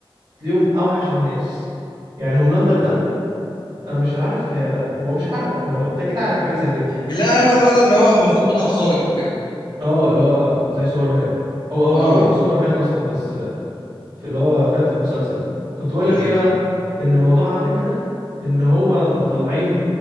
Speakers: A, on the right; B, on the left.
A: بتلاقيهم اوحش الناس يعني هوملاندر ده
B: مم.
A: أنا مش عارف هي هو مش حرق هو انت كده عارف حاجة زي كده
B: اللي انا عارفه من ان هو المفروض بطل خارق وكده
A: اه اللي هو زي سوبرمان هو هو
B: اه
A: هو سوبرمان اصلا بس في اللي هو فاهم في المسلسل كنت بقول
B: ايوه
A: لك ايه بقى ان موضوع امريكا ده ان هو مطلعينه